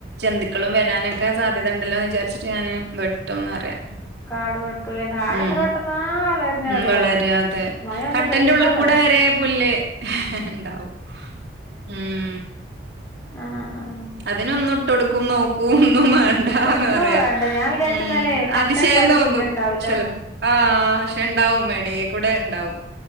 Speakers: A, on the right; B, on the left.
A: മക്കളും വരാനൊക്കെ സാധ്യതയുണ്ടല്ലോ എന്ന് വിചാരിച്ചിട്ട് ഞാന് വെട്ടോന്ന് അറിയാ-
B: കാട് വെട്ടൂലേ കാട്
A: ഉം
B: എത്ര വെട്ടുന്നാ അവളെന്നെ
A: ഉം
B: അറിയോ
A: വളരാതെ അ
B: മഴ ഒന്ന്
A: കട്ടന്റെ
B: പെയ്താ
A: ഉള്ള് -
B: മതി
A: കൂടെ വരെ പുല്ല് ഇണ്ടാവും ഉം
B: ആഹ് ആഹ്
A: അതിനൊന്നും ഇട്ട് കൊടുക്കും നോക്കു ഒന്നുംവേണ്ട ആഹ്
B: ഒന്നും
A: എന്ന് പറയാ
B: വേണ്ട ഞാൻ വിചാരിച്ചെന്നാലേ
A: ഉം
B: കട്ട
A: അതിശയം
B: ഇട്ടാല്
A: തോന്നും
B: പുല്ലുണ്ടാവില്ലാന്ന്
A: ചെലപ്പോ ആഹ് ഇണ്ടാവും എടേ കൂടെ ഇണ്ടാവും